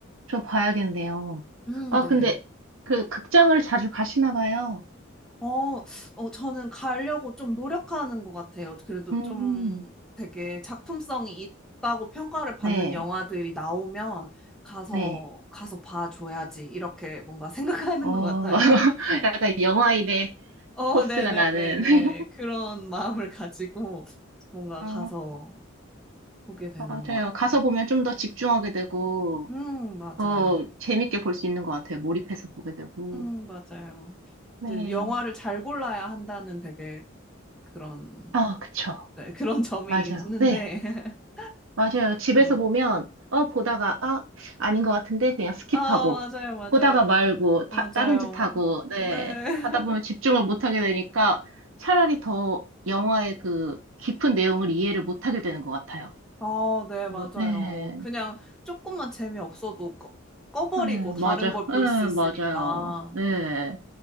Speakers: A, on the right; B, in the centre.
A: 저 봐야겠네요.
B: 음,
A: 아,
B: 네.
A: 근데 그 극장을 자주 가시나 봐요.
B: 어, 어, 저는 가려고 좀 노력하는 것 같아요. 그래도
A: 음.
B: 좀 되게 작품성이 있다고 평가를 받는
A: 네,
B: 영화들이 나오면 가서,
A: 네.
B: 가서 봐줘야지. 이렇게 뭔가 <laughs> 생각하는
A: 어,
B: 것 같아요.
A: <laughs>
B: 네.
A: 약간 영화인의
B: 어,
A: 포스가
B: 네네네네.
A: 나는. <laughs>
B: 그런 마음을 가지고 뭔가
A: 아,
B: 가서 보게 되는
A: 맞아요.
B: 것 같아요.
A: 가서 보면 좀 더 집중하게 되고,
B: 음, 맞아요.
A: 더 재밌게 볼 수 있는 것 같아요. 몰입해서 보게 되고.
B: 음, 맞아요.
A: 네.
B: 이제 영화를 잘 골라야 한다는 되게 그런,
A: 아, 그쵸.
B: 네, 그런 <laughs> 점이
A: 맞아요.
B: 있는데.
A: 네.
B: <laughs>
A: 맞아요. 집에서
B: 진짜.
A: 보면, 어, 보다가, 아, 아닌 것 같은데, 그냥 스킵하고,
B: 아, 맞아요, 맞아요.
A: 보다가 말고, 다,
B: 맞아요.
A: 다른 짓 하고, 네.
B: 네. <laughs>
A: 하다 보면 집중을 못하게 되니까 차라리 더 영화의 그 깊은 내용을 이해를 못하게 되는 것 같아요.
B: 아, 네, 맞아요.
A: 어, 네.
B: 그냥 조금만 재미없어도 꺼, 꺼버리고
A: 네,
B: 다른
A: 맞아요.
B: 걸 볼
A: 네,
B: 수 있으니까.
A: 맞아요. 네.